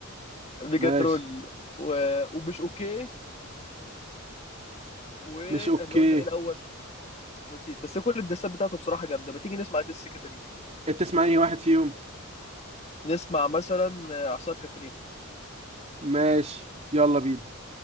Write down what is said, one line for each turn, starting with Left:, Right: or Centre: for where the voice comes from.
Left: ميجا
Right: ماشي
Left: ترول و... ومش اوكي واحنا
Right: مش اوكي
Left: قلنا ايه الاول نسيت بس كل الدسات بتاعته بصراحه جامده ما تيجي نسمع دس كده ليه
Right: تسمع اي واحد فيهم
Left: نسمع مثلا آه، اعصار كاترينا
Right: ماشي يلا بينا